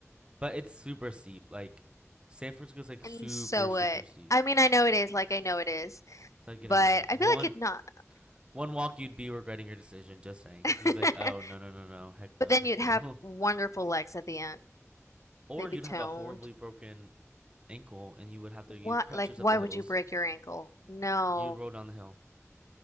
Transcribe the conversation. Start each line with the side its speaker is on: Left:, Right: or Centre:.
Right: But it's super steep. Like San Francisco's like
Left: And
Right: super
Left: so
Right: super
Left: it.
Right: steep,
Left: I mean, I know it is, like I know it is.
Right: so I'd get
Left: but
Right: annoyed.
Left: I
Right: One
Left: feel like it not.
Right: one walk you'd be regretting your decision. Just saying,
Left: <laughs> but
Right: you'd be like, oh no no no no, heck no
Left: then
Right: heck
Left: you'd
Right: no.
Left: have wonderful
Right: <laughs>
Left: legs at the end.
Right: Or
Left: They'd
Right: you'd
Left: be toned.
Right: have a horribly broken ankle and you would have to you
Left: What,
Right: crouch
Left: like, why
Right: up the hills.
Left: would you break your ankle? No,
Right: You'd roll down the hill.